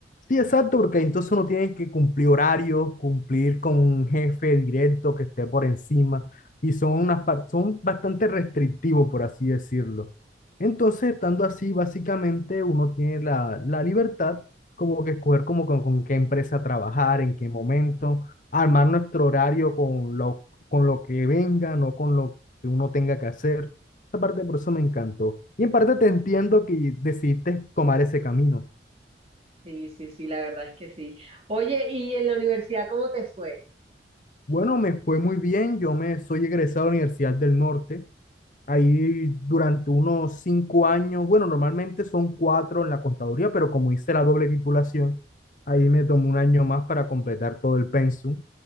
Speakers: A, on the left; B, on the right.
A: Sí, exacto, porque entonces uno tiene que cumplir horarios, cumplir con un jefe directo que esté por encima, y son unas par- son bastante restrictivos, por así decirlo. Entonces, estando así, básicamente uno tiene la, la libertad como que escoger como con, con qué empresa trabajar, en qué momento, armar nuestro horario con lo, con lo que venga, no con lo que uno tenga que hacer. Esa parte por eso me encantó. Y en parte te entiendo que decidiste tomar ese camino.
B: Sí, sí, sí, la verdad es que sí. Oye, ¿y en la universidad cómo te fue?
A: Bueno, me fue muy bien. Yo me soy egresado de la Universidad del Norte. Ahí durante unos cinco años, bueno, normalmente son cuatro en la contaduría, pero como hice la doble titulación, ahí me tomó un año más para completar todo el pensum.